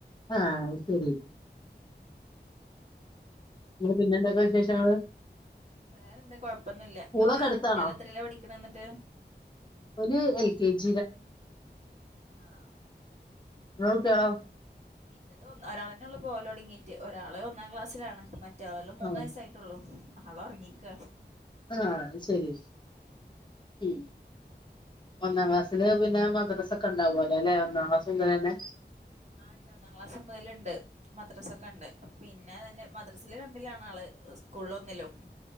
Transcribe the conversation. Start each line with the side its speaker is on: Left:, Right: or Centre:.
Left: ആഹ് ശെരി പിന്നെ പിന്നെന്തക്ക വിശേഷങ്ങള്
Right: വേറെ എന്താ കൊഴപ്പൊന്നുല്ല
Left: സ്കൂളൊക്കെ
Right: നിങ്ങളെ
Left: അടുത്താണോ
Right: കുട്ടികള് എത്രേലാ പഠിക്കണ എന്നിട്ട്
Left: ഒരു എൽ കെ ജി
Right: ആഹ്
Left: ഇങ്ങളെ കുട്ടികളോ
Right: ഇപ് ഇന്നത് ഒന്ന് ഒരാളന്നെ ഒള്ളൂ പോലൊട്ങ്ങീറ്റ് ഓ ഒരാളള് ഒന്നാം ക്ലാസ്സിലാണ് മറ്റവള് മൂന്ന്
Left: ആഹ്
Right: വയസ്സായിട്ടുള്ളു ആള് ഒറങ്ങീക്ക
Left: ആ അത് ശെരി ഉം ഒന്നാം ക്ലാസ്സില് പിന്നെ മദ്‌രസ ഒക്കെ ഒണ്ടാ വോലേലെ അം ആ ഒന്നാം ക്ലാസ് മുതലന്നെ
Right: ആ ഉണ്ട് ഒന്നാം ക്ലാസ് മുതലുണ്ട് മദ്രസ്സ ഒക്കെ ഒണ്ട് പിന്നെ തന്നെ മദ്രാസേല് രണ്ടിലാണ് ആള് സ്കൂളൊന്നിലും